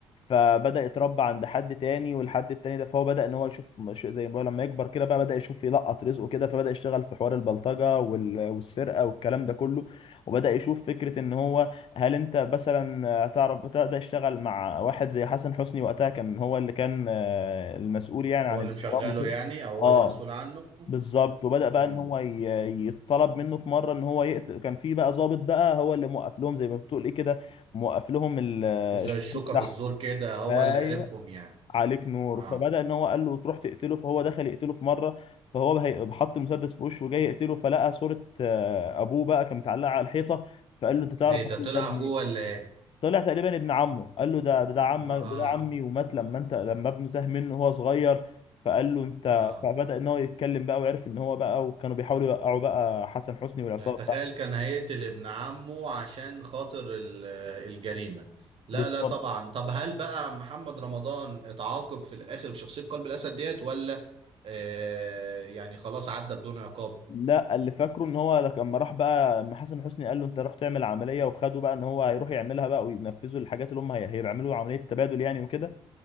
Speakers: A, on the left (about 50°); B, on the right (about 55°).
A: فبدا يتربى عند حد تاني والحد التاني ده فهو بدا ان هو يشوف مش- زي ما بقول لما يكبر كده بقى بدا يشوف يلقط رزقه كده فبدا يشتغل في حوار البلطجه وال- والسرقه والكلام ده كله وبدا يشوف فكره ان هو هل انت مثلا آه، تعرف بدا يشتغل مع واحد زي حسن حسني وقتها كان هو اللي كان آه، المسؤول يعني عن
B: هو اللي
A: الاجرام
B: مشغله
A: وكده
B: يعني او هو
A: اه
B: اللي مسؤول عنه
A: بالظبط وبدأ بقى
B: امم
A: ان هو ي- يتطلب منه في مره ان هو يقتل كان في بقى ضابط بقى هو اللي موقف لهم زي ما بتقول ايه كده موقف لهم ال-
B: زي
A: الشغل
B: الشوكه
A: بتاعهم
B: في الزور كده هو
A: ايوه
B: اللي عرفهم يعني
A: عليك نور
B: اه
A: فبدأ ان هو قال له تروح تقتله فهو دخل يقتله في مره فهو هي- حط المسدس في وشه وجاي يقتله فلقى صوره آه، ابوه بقى كان متعلقه على الحيطه فقال له انت تعرف
B: ايه ده
A: الراجل
B: طلع
A: ده منين
B: اخوه ولا ايه
A: طلع تقريبا ابن عمه
B: م-
A: قال له ده ده, ده عمك
B: ما اه
A: ده, ده عمي ومات لما انت لما ابنه تاه منه وهو صغير فقال له انت
B: اه
A: فبدأ ان هو يتكلم بقى وعرف ان هو بقى وكانوا بيحاولوا يوقعوا بقى حسن حسني والعصابه
B: يعني تخيل
A: بتاعته
B: كان هيقتل ابن عمه عشان خاطر ال- الجريمة لا
A: بالظبط
B: لا طبعا طب هل بقى محمد رمضان اتعاقب في الآخر في شخصية قلب الأسد ديت ولا آه يعني خلاص عدى بدون عقاب
A: لا اللي فاكره ان هو لما راح بقى لما حسن حسني قال له انت راح تعمل عمليه وخده بقى ان هو هيروح يعملها بقى وينفذوا الحاجات اللي هم هي- هيعملوا عمليه تبادل يعني وكده